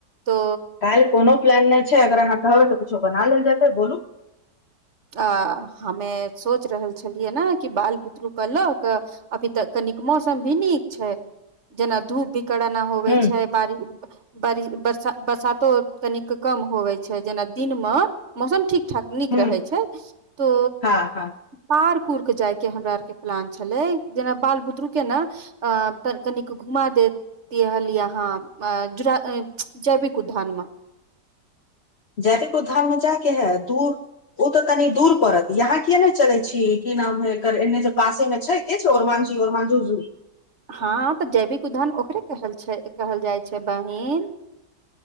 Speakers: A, on the right; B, on the left.
A: तो
B: काल्हि कोनो प्लान नहि छै अगर अहाँ कहबै तऽ कुछो बना लेल जेतै बोलू
A: अ हमे सोच रहल छलियै ने कि बाल बुतरू कहलक अभी तऽ कनिक मौसम भी नीक छै जेना धूप भी कराना होवे
B: हूँ
A: छै बरसातो तनिक कम होबै छै जेना दिनमे मौसम ठीक ठाक नीक
B: हूँ
A: रहै छै तो
B: हँ हँ
A: पार फुर्क जाय के हमरा आर के प्लान छलै जेना बाल बुतरू के ने अ तऽ कनिक घुमा देत दि हलिअहंन अ जरा जैविक उद्यानमे
B: जैविक उद्धान मे जा के है दूर ओ तऽ तनी दूर पड़त यहाॅं किया ने चलै छी की नाम है एकर एन्ने जे पासे मे छै के छै ओरमान जी ओरम ज झुजुरी
A: हँ तऽ जैविक उदरण ओकरे कहल छै कहल जाइ छै बहिन